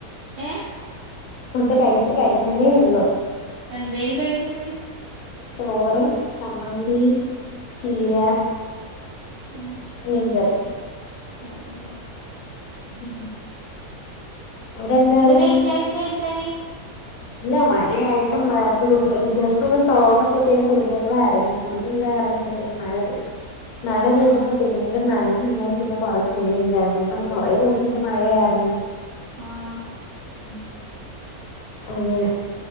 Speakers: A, on the right (about 75°); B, on the left (about 85°).
A: എ
B: ഫുഡ് കഴിച്ച് കഴിഞ്ഞതേ ഉള്ളു
A: എന്തേനു കഴിച്ചത്
B: ചോറും ചമ്മന്തി ചീര
A: ഉം
B: മീൻ കറി
A: അതെയാ
B: ഉം അവിടെ എന്തായിരുന്നു
A: ലൈറ്റ് അത് കഴിക്കാന്
B: ഇല്ല മഴയായിട്ട് മറ്റു തു ക്ക് ജസ്റ്റ് ഒന്ന് തോന്നപ്പഴത്തെനും തുണിഴുവറങ്ങി തുണികഴുകഇറങ്ങിപ്പാ - തേനും മഴ പെയ്ത് മഴ
A: ആ
B: പെയ്തപ്പോ പിന്നീട് നനഞ്ഞ് ന്നി ഇന്നെന പിന്നെ കുറെ തുണിണ്ടായിരുന്നു ഇപ്പൊ കുറേ ദിവസയിട്ട് മഴയായിരുന്നു
A: ആഹ്
B: ഉം അങ്ങനെ